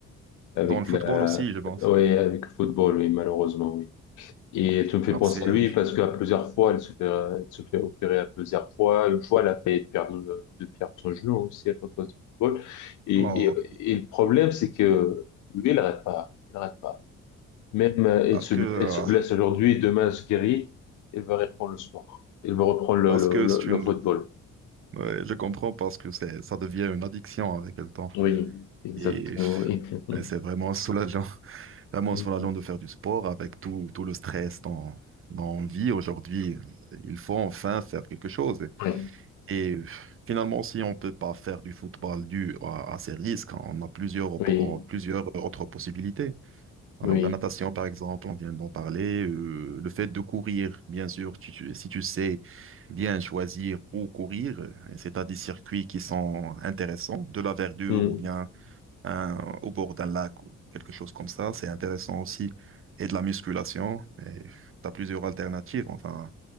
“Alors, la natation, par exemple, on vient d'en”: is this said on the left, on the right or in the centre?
Right